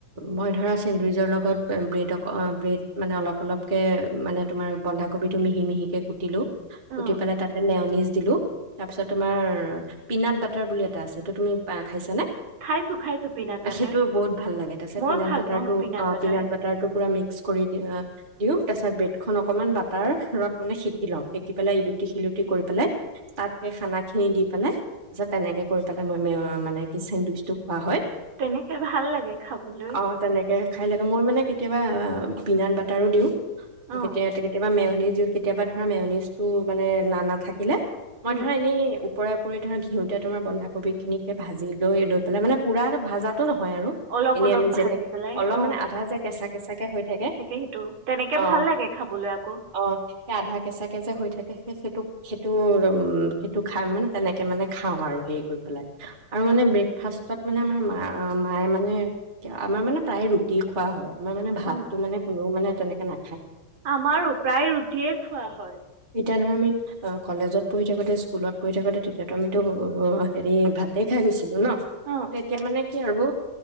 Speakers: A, on the right; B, on the right.
A: মই ধৰা চেণ্ডুইজৰ লগত ব্ৰেড অক ব্ৰেড মানে অলপ-অলপকে মানে তোমাৰ বন্ধাকবিটো মিহি-মিহিকে কুটিলো। উঠি
B: অঁ
A: পেলাই তাতে মেওনিজ দিলো, তাৰপিছত তোমাৰ পিনাট বাটাৰ বুলি এটা আছে সেতো তুমি খাইছানে?
B: খাইছোঁ খাইছোঁ পিনাট বাটাৰ
A: সেইটো বহুত ভাল লাগে, তাচে
B: ময়ো
A: পিনাট
B: ভাল
A: বাটাৰটো
B: পাওঁ
A: অ
B: বাটাৰ
A: পিনাট বাটাৰটো পুৰা মিক্স দিওঁ তাৰছত ব্ৰেডখন অকনমান বাটাৰ ৰত মানে সেকি লওঁ, সেকি পেলাই ইলুটি শিলুি কৰি পেলাই তাত সেই খানা খিনি দি পেলাই তাৰ পিছত তেনেকে কৰি পেলাই মই মানে কি চেণ্ডবিটচ টো খোৱা হয়।
B: তেনেকৈ ভাল লাগে খাবলৈ
A: অ' তেনেকে খাই লাগে মোৰ মানে কিবা আহ পিনাত বাটাৰো দিওঁ।
B: অঁ
A: কেতিয় কেতিয়াবা মেও অনজত কেতিয়াবা ধৰাম এ অনজ টো মানে না নাথাকিলে মই
B: উম
A: ধৰা এনেই ওপৰা উপৰি ধৰক ঘিউতে তোমাৰ বন্ধাকবি খিনিকে ভাজি লৈ লৈ পেলাই মানে পুৰা ভাজাত টো নহয় আৰু
B: অলপ
A: এনে
B: অলপ
A: আমি
B: ভাজি
A: যেনেকে
B: পেলাই
A: অলপ
B: অঁ
A: মানে আধা যে কেঁচা, কেঁচা কে হৈ থাকে।
B: সেইটো তেনেকৈ
A: অ',
B: ভাল লাগে খাবলৈ আকৌ
A: অ' সেই আধা কেঁচা কে যে হৈ থাকে। সেইটোক, সেইটো, উমম সেইটো খাম মানে তেনেকে মানে খাওঁ আৰু হেৰি কৰি পেলাই আৰু মানে ব্ৰেকফাষ্টত মানে আমাৰ মা মায়ে মানে আমাৰ মানে প্ৰায় ৰুট দি খোৱা হয় আমাৰ মানে ভাতটো
B: উম
A: মানে মানে তেনেকে না।
B: আমাৰো প্ৰায় ৰুটিয়ে খোৱা হয়।
A: তেতিয়া ধ আমি অ'কলেজত পঢি থাকোতে স্কুলত পঢি থাকোতে তেতিয়াতো আমি এইটো হেৰি ভাত তাতে খাই গৈছিলো ন
B: অঁ
A: এতিয়া মানে কি আৰু